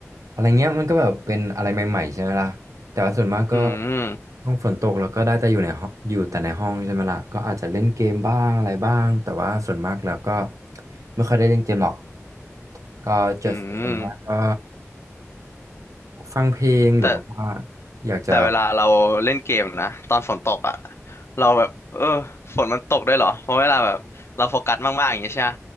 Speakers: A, on the right; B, on the left.
A: อะไรเงี้ยมันก็แบบเป็นอะไรใหม่ๆใช่ไหมล่ะแต่ว่าส่วนมากก็
B: อืม
A: ห้องฝนตกเราก็ได้แต่อยู่ในห้องอยู่แต่ในห้องใช่ไหมล่ะก็อาจจะเล่นเกมบ้างอะไรบ้างแต่ว่าส่วนมากแล้วก็ไม่ค่อยได้เล่นเกมหรอกก็จะส่วนมากก็
B: อืม
A: ฟังเพลงหรือว่า
B: แต่
A: อยากจะ
B: แต่เวลาเราเล่นเกมนะตอนฝนตกอ่ะเราแบบเออฝนมันตกได้วยเหรอเพราะเวลาแบบเราโฟกัสมากๆอย่างเงี้ยใช่ไหม